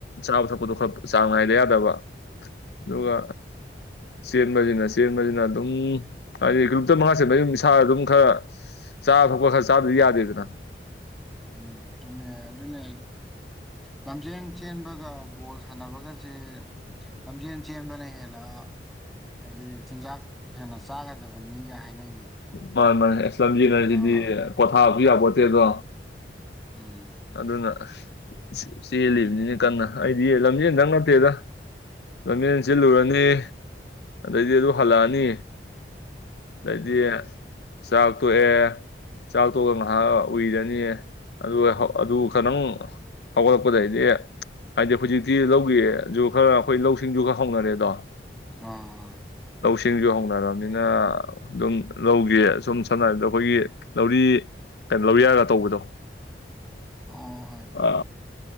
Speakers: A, on the left (about 70°); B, in the centre.
A: ꯆꯥꯕ ꯊꯛꯄꯗꯣ ꯈꯔ ꯆꯥꯡ ꯅꯥꯏꯗ ꯌꯥꯗꯕ ꯑꯗꯨꯒ
B: <inaudible>
A: ꯆꯦꯟꯕꯖꯤꯅ ꯆꯦꯟꯕꯖꯤꯅ ꯑꯗꯨꯝ ꯍꯥꯏꯗꯤ ꯀꯤꯂꯣꯃꯤꯇꯔ ꯃꯉꯥ ꯆꯦꯟꯕ ꯍꯗꯤ ꯃꯗꯨꯝ ꯏꯁꯥ ꯑꯗꯨꯝ ꯈꯔ ꯆꯥꯕ ꯊꯛꯄ ꯈꯔ ꯆꯥꯕꯗꯤ ꯌꯥꯗꯦꯗꯅ
B: ꯎꯝ ꯆꯨꯝꯃꯦ ꯑꯗꯨꯅꯦ ꯂꯝꯖꯦꯟ ꯆꯦꯟꯕꯒ ꯕꯣꯜ ꯁꯥꯟꯅꯕꯒꯁꯦ ꯂꯝꯖꯦꯟ ꯆꯦꯟꯕꯅ ꯍꯦꯟꯅ ꯍꯥꯏꯗꯤ ꯆꯤꯟꯖꯥꯛ ꯍꯦꯟꯅ ꯆꯥꯒꯗꯕꯅꯤꯒ ꯍꯥꯏꯅꯩꯅꯦ
A: ꯃꯥꯅꯦ ꯃꯥꯅꯦ ꯆꯝꯖꯤꯟꯍꯥꯏꯁꯤꯗꯤ
B: ꯑꯥ
A: ꯄꯣꯊꯥꯕꯁꯨ ꯌꯥꯄꯣꯠꯇꯦ ꯗꯣ
B: ꯎꯝ
A: ꯑꯗꯨꯅ ꯑꯁ ꯆꯦꯜꯂꯤꯕꯅꯤꯅ ꯀꯟꯅ ꯑꯩꯗꯤ ꯂꯝꯖꯦꯟꯗꯪ ꯅꯠꯇꯦꯗ ꯂꯝꯖꯦꯟ ꯆꯦꯜꯂꯨꯔꯅꯤ ꯑꯗꯩꯗꯤ ꯑꯗꯨ ꯍꯜꯂꯛꯑꯅꯤ ꯍꯥꯏꯗꯤ ꯆꯥꯛ ꯇꯣꯛꯑꯦ ꯆꯥꯛ ꯇꯣꯛꯑꯒ ꯉꯥꯍꯥꯛ ꯎꯏꯔꯅꯤ ꯑꯗꯨꯒ ꯑꯗꯨ ꯈꯇꯪ ꯍꯧꯒꯠꯂꯛꯄꯗꯩꯗꯤ ꯍꯥꯏꯗꯤ ꯍꯧꯖꯤꯛꯇꯤ ꯂꯧꯒꯤꯁꯖꯨ ꯈꯔ ꯑꯩꯈꯣꯏ ꯂꯧꯁꯤꯡꯗꯨ ꯈꯔ ꯍꯧꯅꯔꯦꯗꯣ
B: ꯑꯥ
A: ꯆꯤꯡꯖꯨ ꯍꯧꯅꯔꯝꯅꯤꯅ ꯑꯗꯨꯝ ꯂꯧꯒꯤ ꯁꯨꯝ ꯁꯝꯅ ꯍꯥꯏꯔꯕꯗ ꯑꯩꯈꯣꯏꯒꯤ ꯂꯧꯔꯤ ꯀꯩꯅꯣ ꯂꯧꯔꯤꯌꯥꯒ ꯇꯧꯕꯗꯣ
B: ꯑ ꯍꯣꯏ
A: ꯑ